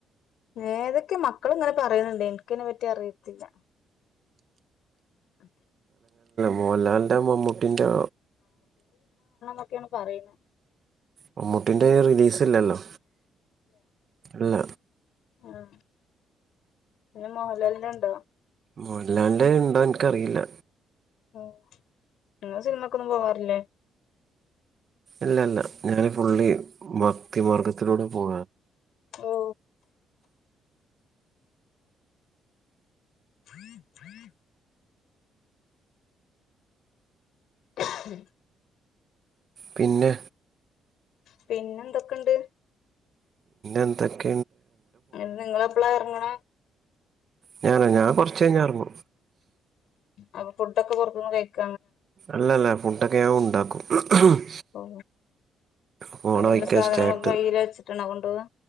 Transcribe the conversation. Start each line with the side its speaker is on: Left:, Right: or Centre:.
Left: ഏതൊക്കെ മക്കള് ഇങ്ങനെ പറയണൊണ്ട് എനിക്കിതിനെ പറ്റി അറിയത്തില്ല <unintelligible>
Right: മോഹലാലിന്റെ മമ്മൂട്ടി ട്ടിന്റെയോ
Left: ഒക്കെയാണ് പറയുന്നത്
Right: മമ്മൂട്ടിന്റെ റിലീസ് സില്ലല്ലോ ഇല്ല
Left: ആ പിന്നെ മോഹൻലാലിന്റെ ഉണ്ടോ
Right: മോഹൻലാലിൻ്റെ ഉണ്ടോ എനിക്കറിയില്ല
Left: ഓ നിങ്ങള് സിനിമക്കൊന്നും പോവാറില്ലേ
Right: ഇല്ലല്ല ഞാന് ഫുള്ളി ഭക്തിമാർഗത്തിലൂടെ പോകുവാണ്
Left: ഓ <unintelligible> <unintelligible>
Right: പിന്നെ
Left: പിന്നെ എന്തൊക്കെ ഉണ്ട്
Right: ഇന്തക്ക
Left: അത് നിങ്ങള് എപ്പളാ ഇറങ്ങണ
Right: ഞാനോ ഞാൻ കൊറച്ച കഴിഞ്ഞ ഇറങ്ങു
Left: അപ്പ ഫുഡക്കെ പുറത്തനിന്ന് കിഴി ക്കു
Right: അല്ലല്ല ഫുട്ടൊക്കെ ന്യൻ ഉണ്ടാക്ക ഉം ആ
Left: ഓ
Right: പോണ
Left: അതിനുള്ള
Right: വഴിക്ക
Left: സാധനങ്ങളൊക്കെ
Right: സ്റ്റെ കിട്ടും
Left: കയ്യിൽ വെച്ചിട്ടാണോ കൊണ്ടോവാ